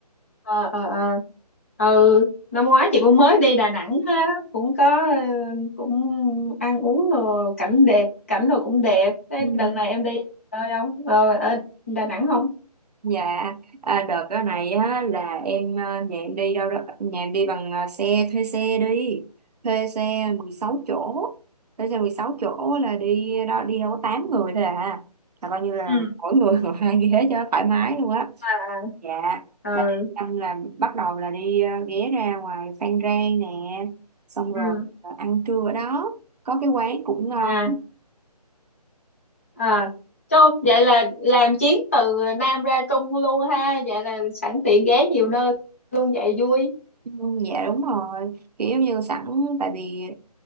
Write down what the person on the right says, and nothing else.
ừ.
Dạ, à, đợt cái này á, là em à, nhà em đi đâu đó, nhà em đi bằng à, xe, thuê xe đi, thuê xe 16 chỗ, thuê xe 16 chỗ là đi đó đi đâu có 8 người thôi à, là coi như là
mỗi người <laughs> ngồi hai ghế cho thoải mái luôn á.
Dạ,
là đi
ăn là bắt đầu là đi à, ghé ra ngoài Phan Rang nè, xong rồi
à, ăn trưa ở đó, có cái quán cũng ngon,
Ừ, Dạ đúng rồi kiểu giống như sẵn tại vì